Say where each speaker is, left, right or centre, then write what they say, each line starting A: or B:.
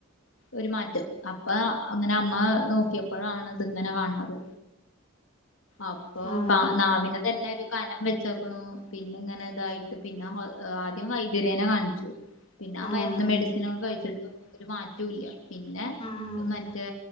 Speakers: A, on the left (about 65°); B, on the left (about 25°).
A: ഒരു മാറ്റം അപ്പ അങ്ങനെ അമ്മ നോക്കിയപ്പോഴാണ് ഇത് ഇങ്ങനെ കാണത്. അപ്പൊ
B: ആണോ
A: നാവിനെ തന്നെ ഒരു കനം. വെച്ചോക്കണു പിന്ന ഇങ്ങനെ ഇതായിട്ട് പിന്നെ ആദ്യം വൈദ്യരേനെ കാണിച്ചു. പിന്നെ ആ
B: ആഹ്
A: മരുന്ന് മെഡിസിന ഒക്കെ കഴിച്ചിട്ടോ.. ഒരു മാറ്റവുംല്ല പിന്നെ
B: ആഹ്
A: മറ്റേ